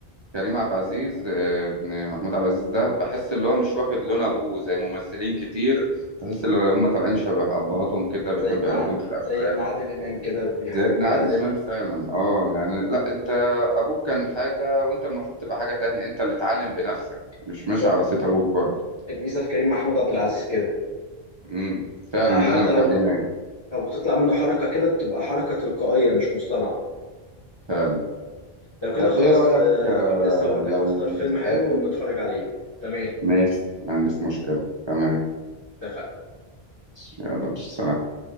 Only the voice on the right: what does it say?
كريم عبد العزيز آه، ابن محمود عبد العزيز ده بحس اللي هو مش واخد لون ابوه زي ممثلين كتير تحس ان هم طالعين شبه ابهاتهم كده
بيحبوا
يقلدون في الافلام
زي ابن
عادل امام فعلا اه يعني لا انت ابوك كان حاجة وانت المفروض تبقى حاجة تانية انت اللي اتعلم بنفسك مش
ماشي على صيت ابوك برضه
امم فعلا
ده اللي مخلينا
فعلا
طب
ايه رأيك
آه،
لو
نتقابل
ماشي ما عنديش مشكلة تمام
ماشي يلا مش سلام